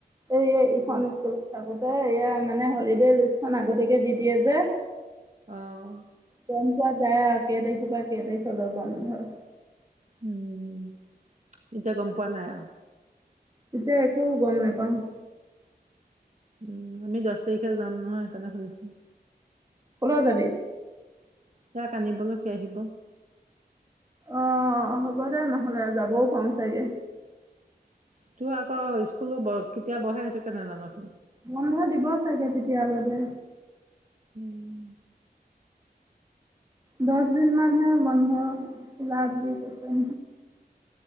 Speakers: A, on the right; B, on the right.
A: এই ইখন
B: কি
A: স্কুলত থাকো এয়া মানে হলিডে লিষ্টখন আগতীয়াকে দি দিয়ে যে।
B: অ'।
A: গম পোৱা যায় আৰু কেই তাৰিখৰ পৰা কেই তাৰিখলৈ বন্ধ।
B: উম, এতিয়া গম পোৱা নাই আৰু।
A: এতিয়া একো গম নেপাওঁ।
B: উম, আমি দছ তাৰিখে যাম নহয় সেইকাৰণে সুধিছো।
A: ক'লৈ যাবি?
B: তাক আনিবলৈকে আহিব।
A: অ', হ'ব দে নহ'লে যাবও পাৰোঁ চাগে।
B: তোৰ আকৌ স্কুলো কেতিয়া বহে সেইটো কে নাজানোচোন।
A: বন্ধ দিব চাগে তেতিয়ালৈ দে।
B: উম।
A: দছ দিনমানহে বন্ধ লাখ দি কৰছে।